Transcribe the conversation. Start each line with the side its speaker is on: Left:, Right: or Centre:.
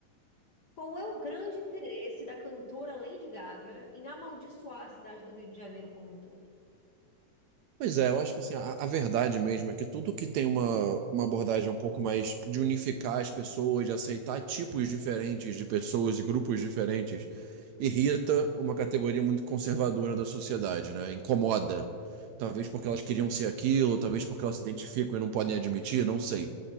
Left: Qual é o grande interesse da cantora Lady Gaga em amaldiçoar a cidade do Rio de Janeiro como um todo?
Right: Pois é, eu acho que assim, a, a verdade mesmo é que tudo que tem uma, uma abordagem um pouco mais de unificar as pessoas, de aceitar tipos diferentes de pessoas e grupos diferentes, irrita uma categoria muito conservadora da sociedade, né? Incomoda. Talvez porque elas queriam ser aquilo, talvez porque elas se identificam e não podem admitir, não sei.